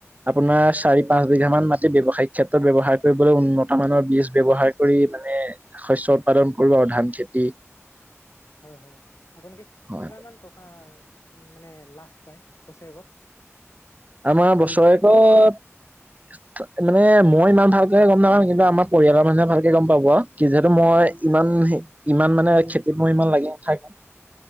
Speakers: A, on the right; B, on the left.
A: আপোনাৰ চাৰি, পাঁচ বিঘা মান মাটি ব্যৱসায়িক ক্ষেত্ৰত ব্যৱহাৰ কৰিবলৈ উন্নত মানৰ বীজ ব্যৱহাৰ কৰি মানে শস্য উৎপাদন কৰো আৰু ধান খেতি।
B: হয়, হয়, আপোনালোকে
A: হয়।
B: কিমানমান টকা মানে লাভ পায় বছেৰেকত?
A: আমাৰ বছৰেকত মানে মই ইমান ভালকে গ'ম নাপা কিন্তু, আমাৰ পৰিয়ালৰ মানুহে ভালকে গ'ম পাব কি যিহেতু মই ইমান সেই ইমান মানে খেতিত মই ইমান লাগি নাথাকোঁ,